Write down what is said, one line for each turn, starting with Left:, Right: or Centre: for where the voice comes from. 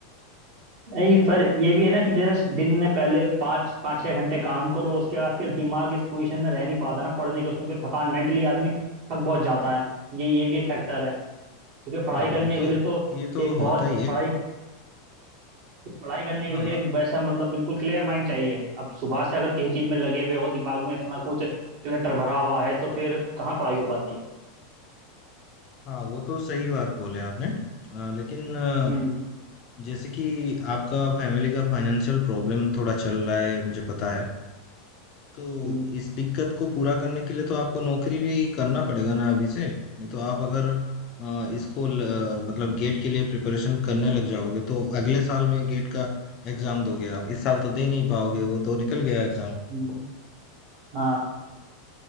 Right: नहीं फिर ये भी है ना कि जैसे दिन में पहले पाँच पाँच छह घंटे काम करो उसके बाद फिर दिमाग इस पोजीशन में रह नहीं पाता ना पढ़ने के उसमें कोई थकान मेंटली आदमी थक बहुत जाता है ये ये भी एक फैक्टर है क्योंकि
Left: हाँ
Right: पढ़ाई
Left: ये
Right: करने
Left: तो
Right: के लिए तो
Left: ये तो
Right: एक बहुत
Left: होता ही है
Right: पढ़ाई पढ़ाई करने
Left: हाँ
Right: के लिए एक वैसा मतलब बिल्कुल क्लियर माइंड चाहिए अब सुबह से अगर किसी चीज में लगे हुए हो दिमाग में इतना कुछ क्लटर भरा हुआ है तो फिर कहाँ पढ़ाई हो पाती है
Left: हाँ वो तो सही बात बोले आपने अ, लेकिन अ,
Right: हम्म
Left: जैसे कि आपका फैमिली का फाइनेंशियल प्रॉब्लम थोड़ा चल रहा है मुझे पता है तो
Right: हम्म
Left: इस दिक्कत को पूरा करने के लिए तो आपको नौकरी भी करना पड़ेगा ना अभी से नहीं तो आप अगर अ, इसको ल, मतलब गेट के लिए प्रिपरेशन करने लग जाओगे तो अगले साल में गेट का एग्जाम दोगे आप इस साल तो दे नहीं पाओगे वो तो निकल गया एग्जाम
Right: हम्म, हाँ